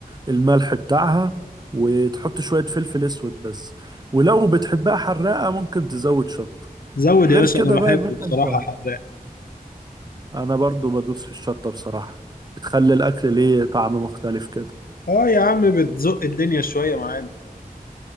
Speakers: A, on the right; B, on the left.
A: الملح بتاعها وتحط شوية فلفل اسود بس ولو بتحبها حراقة ممكن تزود شطة
B: زود
A: غير
B: يا باشا
A: كده
B: انا
A: بقى
B: بحب
A: يا باشا
B: بصراحة
A: انت
B: حراق
A: انا برضو بدوس في الشطة بصراحة بتخلي الاكل ليه طعم مختلف كده
B: اه يا عم بتزق الدنيا شوية معانا